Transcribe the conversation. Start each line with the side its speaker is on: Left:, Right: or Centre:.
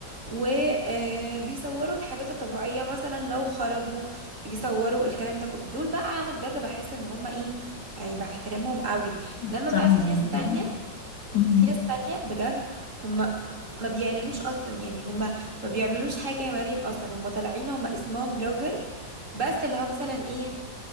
Right: وبيصوروا الحاجات الطبيعية مثلا لو خرجوا يصوروا الكلام ده كله. دول بقى انا بجد بحس ان هما ايه يعني بحترمهم قوي
Left: محترمين
Right: لما بقى في ناس تانية
Left: أيوة امم
Right: في ناس تانية بجد هما ما بيعلنوش اصلا يعني هما ما بيعملوش حاجة يا مريم اصلا هما طالعين هما اسمهم بلوجر بس اللي هو مثلا ايه